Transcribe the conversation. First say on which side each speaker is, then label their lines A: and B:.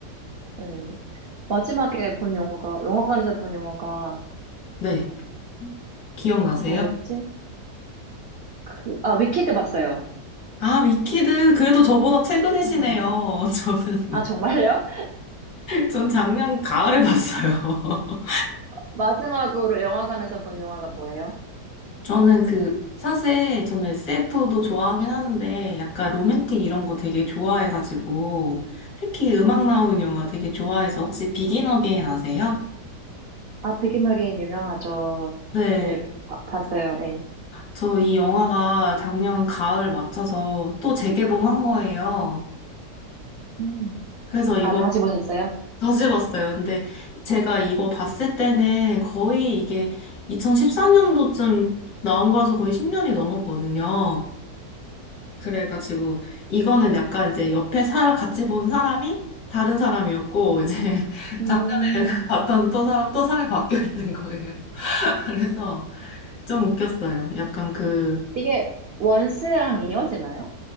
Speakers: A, on the right (about 85°); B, on the left (about 80°).
A: 예, 마지막에 본 영화가, 영화관에서 본 영화가
B: 네, 기억나세요?
A: 뭐였지? 그, 아, 위키드 봤어요.
B: 아, 위키드, 그래도 저보다 최근이시네요.
A: 음.
B: <laughs> 저는,
A: 아, 정말요? <laughs>
B: 전 작년 가을에 봤어요. <laughs>
A: 마지막으로 영화관에서 본 영화가 뭐예요?
B: 저는 그, 사실 저는 SF도 좋아하긴 하는데 약간 로맨틱 이런 거 되게 좋아해가지고 특히 음악 나오는 영화 되게 좋아해서 혹시 비긴 어게인 아세요?
A: 아, 비긴 어게인 유명하죠.
B: 네.
A: 네, 바- 봤어요. 예.
B: 저 이 영화가 작년 가을 맞춰서 또 재개봉한 거예요.
A: 음.
B: 그래서 이거
A: 아, 다시 보셨어요?
B: 다시 봤어요. 근데 제가 이거 봤을 때는 거의 이게 2013년도쯤 나온 거라서 거의 10년이 넘었거든요. 그래가지고 이거는 약간 이제 옆에 사람 같이 본 사람이 다른 사람이었고 이제 <laughs>
A: 음.
B: 작년에 <laughs> 봤던 또 사람 또 사람이 바뀌어 있는 거예요. <laughs> 그래서 좀 웃겼어요. 약간 그,
A: 이게 원스랑 이어지나요?